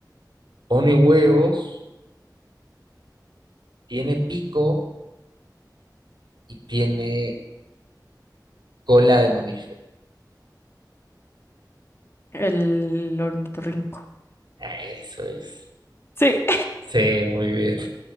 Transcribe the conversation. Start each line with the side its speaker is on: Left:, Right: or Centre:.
Right: pone huevos? Tiene pico y tiene cola de mamífero.
Left: El ornitorrinco.
Right: Ah, Eso es.
Left: Sí,
Right: Sí, muy bien.